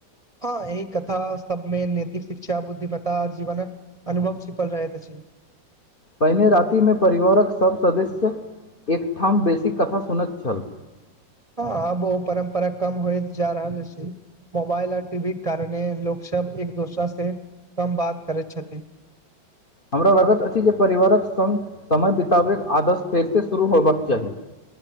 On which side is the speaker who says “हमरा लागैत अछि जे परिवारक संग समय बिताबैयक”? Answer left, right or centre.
Left